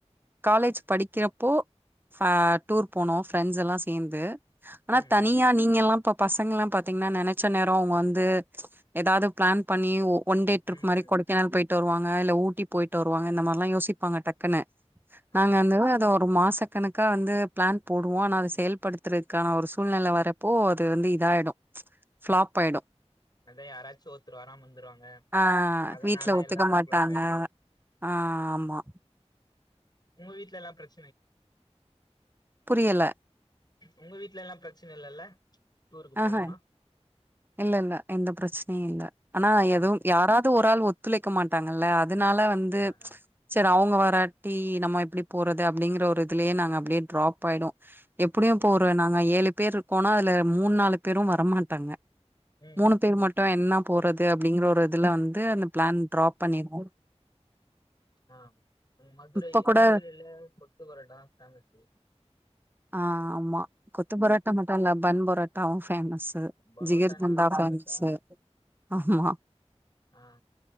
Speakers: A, on the right; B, on the left.
A: காலேஜ் படிக்கிறப்போ ஃப டூர் போனோ ஃப்ரெண்ட்ஸெல்லா சேந்து ஆனா
B: ம்
A: தனியா
B: ம்
A: நீங்க எல்லா இப்ப பசங்கெல்லா பாத்தீங்கன்னா நெனச்ச நேரோ அவுங் வந்து எதாவது பிளான் பன்னி ஒன் டே ட்ரிப்
B: ம்
A: மாரி
B: ம்
A: கொடக்கேனல் போய்ட் ட்டு வருவாங்க இல்ல ஊட்டி போய்ட்டு வருவாங்க இந்த மாரில்லா யோசிப்பாங்க டக்குனு
B: ஆ
A: நாங்க வந்து அத ஒரு மாச கணக்கா வந்து பிளான் போடுவோ ஆனா அத செயல்படுத் த்தருக்கான ஒரு சூழ்நெல வரப்போ அது வந்து இதாயிடு ஃபிளாப் ஆயிடு
B: அதா யாராச்சு ஒருத்ரு வாராம இருந்துருவாங்க
A: ஆஹ்
B: அதனால
A: வீட்ல ஒத்துக்க
B: எல்லாரு
A: மாட்டாங்க
B: க்ளோஸ் ஆயிடு
A: ஆஹ் ஆமா
B: உங்க வீட்ல எல்லாம் ப்ரெச்
A: புரியல
B: உங்க வீட்ல எல்லா ப்ரெச்சன இல்லல்ல டூருக்கு போனோனா
A: ஆஹ இல்ல இல்ல எந்த ப்ரெச்சனயு இல்ல ஆனா எதுவும்
B: ம்
A: யாராவது ஒராள் ஒத் துளைக்க மாட்டாங்கல்ல அதுனால வந்து
B: ஆ ஆ
A: செர அவுங்க வாரட்டி நம்ம எப்டி போறது அப்டிங்கற ஒரு இதுலயே நாங்க அப்டியே ட்ராப் ஆயிடு எப்டியும்
B: ஓ
A: போர நாங்க ஏழு பேர் இருக்கோனா அதுல மூணா நாலு பேரு வரமாட்டாங்க
B: ம்
A: மூணு
B: ம்
A: பேரு
B: ம்
A: மட்டு என்ன போறது அப்டிங்குற ஒரு இதுல வந்து அந்த ப்ளான் டிராப் பண்ணிருவோ
B: ஆஹ் மதுரை
A: இப்ப கூட
B: மதுரைல கொத்து பொரோட்டா ஃபேமஸு
A: ஆஹ் ஆமா கொத்து பரோட்டா மட்டு இல்ல பன் பொரோட்டாவு ஃபேமஸ்
B: பரோட்டானாலே
A: ஜீகிர் தண்டா
B: ஃபேமஸா
A: ஃபேமசு ஆமா
B: ஆ